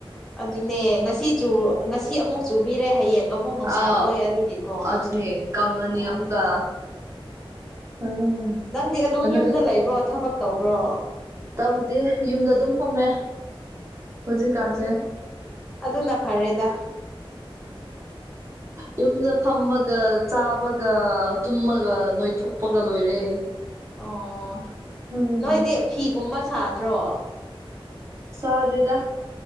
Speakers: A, in the centre; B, on the right.
A: ꯑꯗꯨꯅꯦ ꯉꯁꯤ ꯆꯨ ꯉꯁꯤ ꯑꯃꯨꯛ ꯆꯨꯕꯤꯔꯦ ꯍꯌꯦꯡ ꯑꯃꯨꯛ ꯅꯨꯡꯁꯥ
B: ꯑꯥꯎ
A: ꯊꯣꯛꯑꯦ ꯑꯗꯨꯒꯤꯀꯣ
B: ꯑꯗꯨꯅꯦ ꯀꯪꯉꯅꯤ
A: ꯌꯥꯗꯦꯕ
B: ꯑꯃꯨꯛꯀ
A: ꯎꯉꯥ
B: ꯎꯝ
A: ꯅꯪꯗꯤ ꯑꯗꯨꯝ
B: ꯍꯟꯗꯛ
A: ꯌꯨꯝꯗ ꯂꯩꯕ꯭ꯔꯣ ꯊꯕꯛ ꯇꯧꯕ꯭ꯔꯣ꯫
B: ꯇꯧꯗꯦ ꯌꯨꯝꯗ ꯑꯗꯨꯝ ꯐꯝꯃꯦ꯫ ꯍꯧꯖꯤꯛ ꯀꯥꯟꯁꯦ꯫
A: ꯑꯗꯨ ꯑꯗꯨꯅ ꯐꯔꯦꯗ
B: ꯌꯨꯝꯗ ꯐꯝꯃꯒ ꯆꯥꯕꯒ꯫ ꯇꯨꯝꯃꯒ ꯅꯣꯏꯊꯣꯛꯄꯒ ꯂꯣꯏꯔꯦ꯫
A: ꯑꯣ
B: ꯎꯝ
A: ꯅꯣꯏꯗꯤ ꯐꯤꯒꯨꯝꯕ ꯁꯥꯗ꯭ꯔꯣ꯫
B: ꯁꯥꯗꯦꯗꯥ